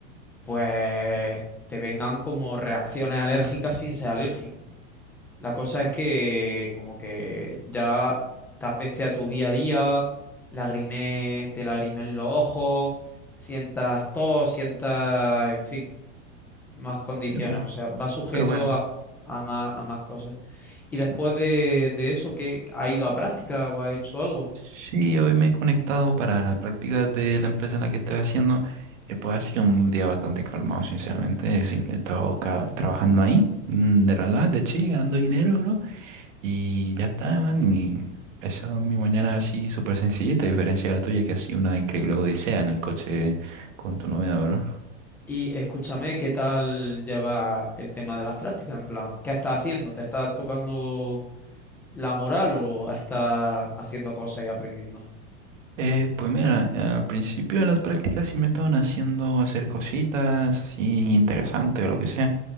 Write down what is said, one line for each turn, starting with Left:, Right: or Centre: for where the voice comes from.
Centre: pues te vengan como reacciones alérgicas sin ser alérgico. La cosa es que como que ya te afecte a tu día a día, lagrime, te lagrimen los ojos, sientas tos, sientas, en fin, más condiciones.
Right: Pero,
Centre: O sea, va sujeto
Right: pero bueno,
Centre: a, a más, a más cosas. Y
Right: Sí,
Centre: después de, de eso, ¿qué ha ido a práctica o ha hecho algo?
Right: sí, hoy me he conectado para las prácticas de la empresa en la que estoy haciendo. Y pues ha sido un día bastante calmado, sinceramente. Siempre he estado ca- trabajando ahí, mm, de relax, de chill, ganando dinero, bro. Y ya está, man. Y esa es mi mañana así súper sencillita, a diferencia de la tuya, que ha sido una increíble odisea en el coche con tu novia, ¿verdad?
Centre: Y escúchame, ¿qué tal lleva el tema de las prácticas? En plan, ¿qué estás haciendo? ¿Te estás tocando la moral o estás haciendo cosas y aprendiendo?
Right: Eh, pues mira, al principio de las prácticas sí me estaban haciendo hacer cositas así interesantes o lo que sea,